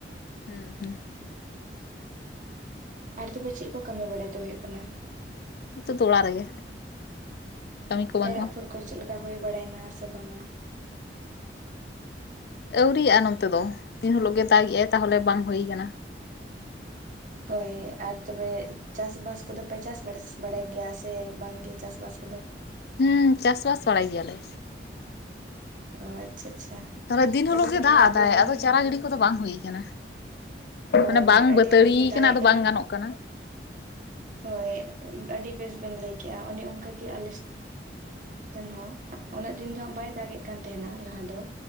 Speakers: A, on the left (about 60°); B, on the right (about 45°).
A: ᱦᱮᱸ ᱦᱮᱸ <unintelligible>
B: ᱟᱨ ᱛᱚᱵᱮ ᱪᱮᱫ ᱠᱚ ᱠᱟᱹᱢᱤ ᱵᱟᱲᱟᱭ ᱫᱚ ᱦᱩᱭᱩᱜ ᱠᱟᱱᱟ?
A: ᱦᱤᱛᱚᱜ ᱫᱚ ᱚᱲᱟᱜ ᱨᱮᱜᱮ ᱠᱟᱹᱢᱤ ᱠᱚ ᱵᱟᱹᱱᱩᱜᱼᱟ
B: ᱮᱨᱟᱯᱷᱩᱨ ᱠᱚ ᱪᱮᱫ ᱞᱮᱠᱟ ᱦᱩᱭ ᱵᱟᱲᱟᱭᱮᱱᱟ ᱥᱮ ᱵᱟᱝᱟ?
A: ᱟᱹᱣᱨᱤᱭᱜᱼᱟ ᱱᱚᱱᱛᱮ ᱫᱚ ᱫᱤᱱ ᱦᱤᱞᱳᱜ ᱜᱮ ᱫᱟᱜᱮᱜ ᱟᱭ ᱛᱟᱦᱚᱞᱮ ᱵᱟᱝ ᱦᱩᱭᱠᱟᱱᱟ᱾
B: ᱦᱳᱭ ᱟᱨ ᱛᱚᱵᱮ ᱪᱟᱥᱵᱟᱥ ᱠᱚᱫᱚᱯᱮ ᱪᱟᱥ ᱵᱟ ᱵᱟᱲᱟᱭ ᱜᱮᱭᱟ ᱥᱮ ᱵᱟᱝ ᱜᱮ ᱪᱟᱥᱵᱟᱥ ᱠᱚᱫᱚ
A: ᱦᱩᱸ ᱪᱟᱥᱵᱟᱥ ᱵᱟᱲᱟᱭ ᱜᱮᱭᱟᱞᱮ
B: ᱚ ᱟᱪᱪᱷᱟ ᱟᱪᱪᱷᱟ
A: ᱛᱟᱦᱚᱞᱮ ᱫᱤᱱ ᱦᱤᱞᱳᱜ
B: ᱛᱚᱵᱮ
A: ᱜᱮ
B: ᱠᱷᱟᱱ
A: ᱫᱟᱜ
B: ᱫᱚ ᱦᱟᱸᱜ
A: ᱟᱫᱟᱭ
B: ᱵᱤᱞᱚᱢ
A: ᱟᱫᱚ ᱪᱟᱨᱟ ᱜᱤᱰᱤ ᱠᱚᱫᱚ ᱵᱟᱝ ᱦᱩᱭ ᱟᱠᱟᱱᱟ᱾
B: ᱦᱳᱭ
A: ᱢᱟᱱᱮ ᱵᱟᱝ
B: ᱟᱹᱰᱤ
A: ᱵᱟᱹᱛᱟᱹᱲᱤ
B: ᱟᱸᱴ ᱜᱮ ᱫᱟᱜ
A: ᱠᱟᱱᱟ ᱟᱫᱚ
B: ᱮᱜ
A: ᱵᱟᱝ ᱜᱟᱱᱚᱜ ᱠᱟᱱᱟ᱾
B: ᱦᱳᱭ ᱟᱹᱰᱤ ᱵᱮᱥ ᱵᱮᱱ ᱞᱟᱹᱭᱠᱮᱜᱼᱟ ᱚᱱᱮ ᱚᱱᱠᱟᱜᱮ ᱟᱞᱮ ᱦᱚᱸ ᱩᱱᱟᱹᱜ ᱫᱤᱱ ᱫᱚ ᱦᱟᱸᱜ ᱵᱟᱭ ᱫᱟᱜ ᱮᱫ ᱠᱟᱱ ᱛᱟᱦᱮᱱᱟ ᱞᱟᱦᱟ ᱫᱚ